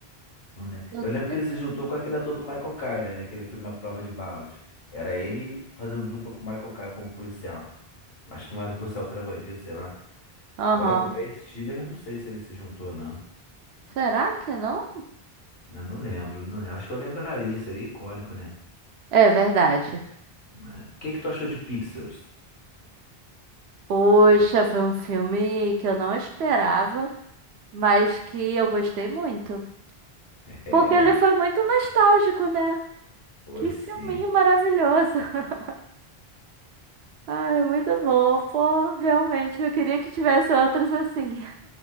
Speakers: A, on the left (about 70°); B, on the right (about 85°).
A: Não, né?
B: Eu
A: Eu lembro
B: tô...
A: que ele
B: te-
A: se juntou com aquele ator do Michael Caine, né? Naquele filme A Prova de Balas. Era ele fazendo dupla com o Michael Caine como policial. Acho que um era o policial, outro era bandido, sei lá.
B: Aham.
A: Agora com o Ben Stiller, eu não sei se ele se juntou ou não.
B: Será que não?
A: Né, Não lembro, não lembro. Acho que eu lembraria, seria icônico, né?
B: É verdade.
A: Né? O que que tu achou de Pixels? <laughs>
B: Poxa, foi um filme que eu não esperava, mas que eu gostei muito.
A: É,
B: Porque ele foi muito nostálgico, né?
A: foi
B: Que filminho
A: sim.
B: maravilhoso. <laughs> Ai, muito bom. Pô, realmente, eu queria que tivesse outros assim.